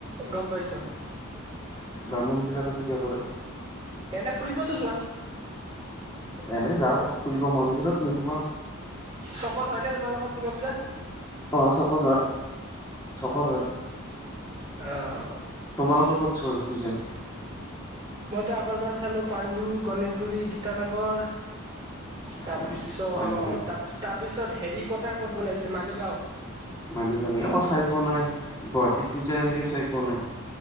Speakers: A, on the right; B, on the left.
A: গম পাইছো।
B: ব্ৰাহ্মণবিলাকে পূজা কৰে।
A: এনে ফুৰিবতো যোৱা?
B: এনে যাওঁ ফুৰিব মন্দিৰত নোসোমাও।
A: চকত হয় নে তোমালোকৰ দুৰ্গা পূজা?
B: অ', চকত হয় চকত হয়।
A: অ'।
B: তোমালোকে ক'ত ছোৱা আৰু পূজা?
A: মইতো আগৰবাৰ চালো পাণ্ডু, গণেশগুৰি, গীতানগৰ। তাৰপিছত
B: অ হয় নেকি
A: তাপ-তাৰ পিছত হেৰি প'টাৰ ক'ত বনাইছিল মালিগাঁও।
B: <unintelligible> মই চাই পোৱা নাই গুৱাহাটীত পূজা সেনেকে চাই পোৱা নাই।